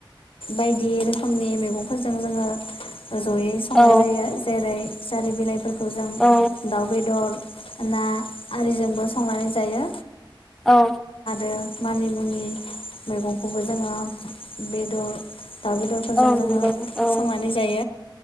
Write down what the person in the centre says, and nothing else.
औ
औ
औ
औ
नंगौ औ